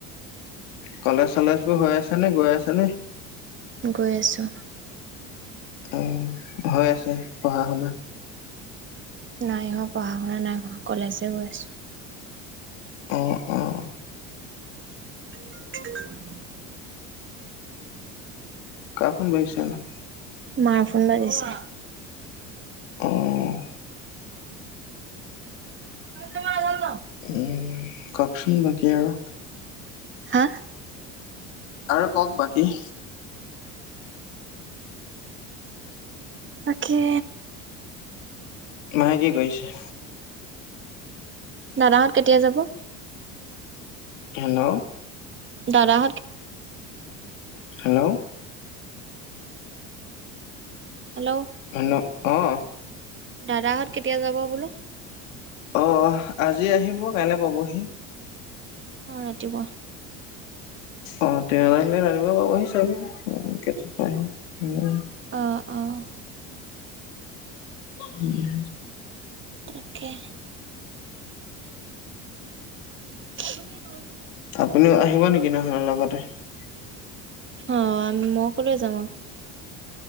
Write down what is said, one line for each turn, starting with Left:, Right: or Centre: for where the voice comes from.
Left: কলেজ চলেজ বোৰ হৈ আছে নে গৈ আছে নে।
Right: গৈ আছো।
Left: উম, হৈ আছে পঢ়া শুনা।
Right: নাই হোৱা পঢ়া শুনা নাই হোৱা, কলেজহে গৈ আছো।
Left: অ'- অ'।
Right: <inaudible>
Left: কাৰ ফোন বাজিছে নো।
Right: মাৰ ফোন বাজিছে।
Left: অ'
Right: <inaudible>
Left: উম, কওকচোন বাকী আৰু।
Right: হা
Left: আৰু কওক বাকী।
Right: তাকে।
Left: মায়ে কি কৰিছে।
Right: দাদাহত কেতিয়া যাব।
Left: হেল্ল'।
Right: দাদাহঁত
Left: হেল্ল'।
Right: হেল্ল'।
Left: হেল্ল' অ'।
Right: দাদাহঁত কেতিয়া যাব বোলো।
Left: অ' আজি আহিব কাইলে পাবহি।
Right: অ' ৰাতিপুৱা।
Left: অ' তেওঁ আহিলে ৰাতিপূৱা পাবহি চাগে কেতাত পায়হি, উম্।
Right: অ' -অ'।
Left: উম।
Right: তাকে। <inaudible>
Left: আপুনিও আহিব নেকি <unintelligible>
Right: অ' মই ক'লৈ যাম আকৌ।